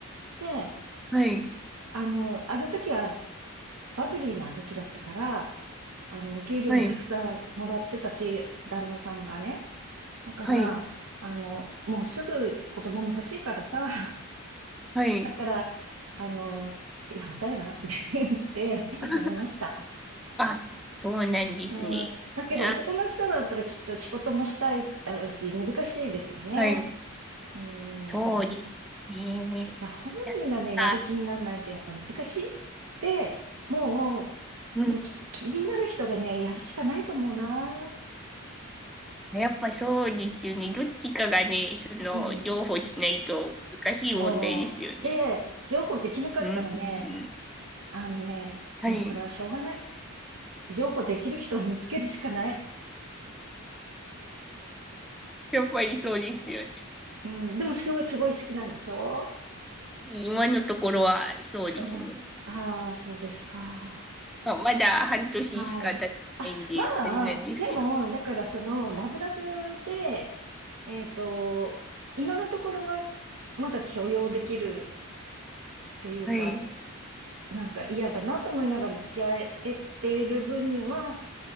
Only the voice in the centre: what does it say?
はい、
はい、
はい、
はい、
<laughs>
あ、そうなんですね。
いや、
はい。
そうですね。
やった
うん。
やっぱそうですよね。どっちかがね、その、
譲歩しないと難しい問題ですよね。
うん。うん
はい。
やっぱりそうですよね。
今のところはそうですね。
まあ、まだ半年しか経ってないんで、
あれなんですけど。
はい。